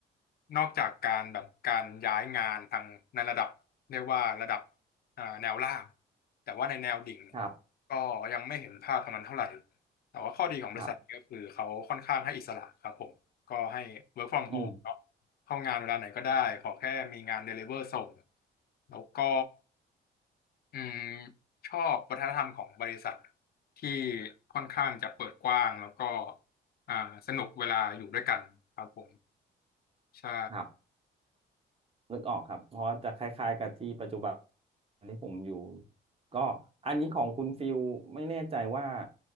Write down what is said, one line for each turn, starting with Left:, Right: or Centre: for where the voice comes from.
Left: นอกจากการแบบการย้ายงานทางในระดับเรียกว่าระดับอ่าแนวล่าง แต่ว่าในแนวดิ่งเนี่ย
Right: ครับ
Left: ก็ยังไม่เห็นภาพตรงนั้นเท่าไหร่ แต่ว่าข้อดีของบริษัทก็คือเขาค่อนข้างให้อิสระครับผม
Right: ครับ
Left: ก็ให้ work from
Right: อืม
Left: home เนาะเข้างานเวลาไหนก็ได้ขอแค่มีงาน deliver ส่งแล้วก็ อืมชอบวัฒนธรรมของบริษัทที่ค่อนข้างจะเปิดกว้างแล้วก็อ่าสนุกเวลาอยู่ด้วยกันครับผมใช่
Right: ครับนึกออกครับเพราะว่าจะคล้ายๆกับที่ปัจจุบันที่ผมอยู่ก็อันนี้ของคุณฟิลไม่แน่ใจว่า